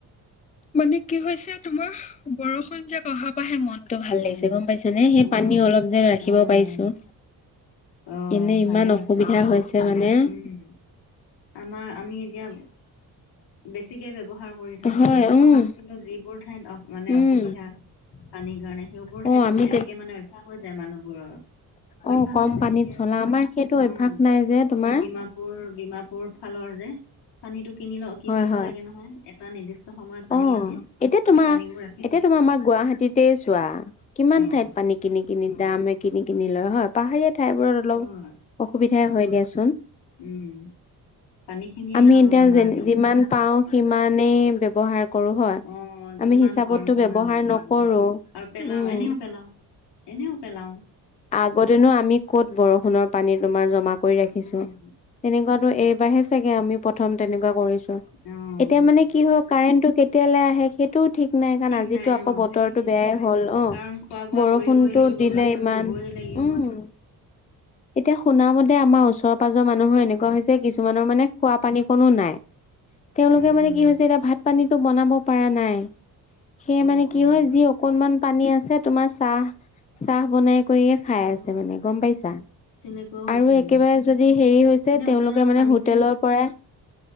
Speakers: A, on the left; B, on the left.
A: মানে কি হৈছে তোমাৰ বৰষুণ জাক অহা পাহে মনটো ভাল
B: উম,
A: লাগিছে গম পাইছা নে সেই পানী অলপ যেন ৰাখিব
B: অ',
A: পাৰিছোঁ।
B: অ',
A: এনেই
B: ভালে
A: ইমান
B: হৈছে
A: অসুবিধা
B: দিয়া।
A: হৈছে মানে। <unintelligible>
B: উম, আমাৰ আমি এতিয়া বেছিকে ব্যৱহাৰ কৰি থকা
A: হয়
B: যায়। <unintelligible>
A: উম
B: কিন্তু যিবোৰ ঠাইত অ' মানে
A: উম
B: অসুবিধা <unintelligible> পানীৰ কাৰণে সেইবোৰ
A: অ
B: ঠাইতো
A: আমি
B: তেনেকে মানে অভ্যাস হৈ যায় মানুহবোৰৰ। <unintelligible> অভ্যাস
A: অ কম
B: হৈ যায়
A: পানীত
B: এতিয়া
A: চলা
B: <inaudible>
A: আমাৰ সেইটো
B: অঁ!
A: অভ্যাস নাই যে তোমাৰ
B: এতিয়া ডিমাপুৰ-ডিমাপুৰ ফালৰ যে <inaudible> পানীটো কিনিব ল কিনিব
A: হয় হয়
B: লাগে নহয় এটা নিৰ্দিষ্ট সময়ত পানী
A: অ
B: আহে।
A: এতিয়া
B: <inaudible>
A: তোমাৰ
B: পানীবোৰ ৰাখ
A: এতিয়া তোমাৰ আমাৰ গুৱাহাটীতে চোৱা কিমান
B: অ',
A: ঠাইত পানী <inaudible> কিনি-কিনি ড্ৰামে কিনি-কিনি লয় হয়। পাহাৰীয়া ঠাইবোৰত অলপ
B: হয়
A: অসুবিধাই হয় দিয়া চোন। <unintelligible>
B: উম! পানীখিনি
A: আমি
B: আৰু
A: এতিয়া
B: আমাৰ
A: যে
B: মেইন। <unintelligible>
A: <unintelligible> পাওঁ সিমানেই ব্যৱহাৰ কৰো হয়।
B: অ', যিমান
A: আমি হিচাপতো
B: পাৰো সিমান
A: ব্যৱহাৰ নকৰো
B: কৰো আৰু পেলাও
A: উম। <unintelligible>
B: এনেও পেলাও। এনেও পেলাওঁ। <inaudible>
A: আগতেনো আমি ক'ত বৰষুণৰ পানী তোমাৰ জমা কৰি ৰাখিছোঁ।
B: উম,
A: <inaudible> তেনেকুৱাতো এইবাৰহে চাগে আমি প্ৰথম তেনেকুৱা কৰিছো।
B: অ',
A: এতিয়া মানে কি হয় কাৰেণ্টটো কে <inaudible> তেতিয়ালে আহে সেই <unintelligible> টো ঠিক নাই কাৰণ
B: ঠিক
A: আজিতো
B: নাই
A: আকৌ
B: অ',
A: বতৰতো
B: সেইটো ঠিক
A: বেয়াই
B: নাই।
A: হ'ল। অঁ
B: কাৰণ খোৱা বোৱা
A: বৰষুণতো
B: কৰিবই লাগিব
A: <unintelligible> দিলে
B: বাচন
A: ইমান।
B: ধুবই লাগিব
A: উম! <unintelligible> এতিয়া শুনা মতে আমাৰ ওচৰ-পাজৰ মানুহৰ এনেকুৱা হৈছে যে কিছুমানৰ মানে খোৱা পানী কনো নাই। <unintelligible> তেওঁলোকে
B: উম।
A: মানে কি হৈছে এতিয়া ভাত, পানীটো বনাব পৰা নাই। <inaudible> সেয়ে
B: অ',
A: মানে
B: অ'।
A: কি হয় যি অকনমান পানী আছে, তোমাৰ চাহ-চাহ বনাই <unintelligible> কৰিয়ে খাই
B: অ',
A: আছে মানে গম পাইছা। <unintelligible>
B: তেনেকুৱাও হৈছে
A: আৰু
B: নেকি?
A: একেবাৰে যদি হেৰি হৈছে
B: এনেই
A: তেওঁলোকে
B: ওচৰত
A: মানে
B: পানী
A: হোটেলৰ
B: যে <unintelligible>
A: পৰাই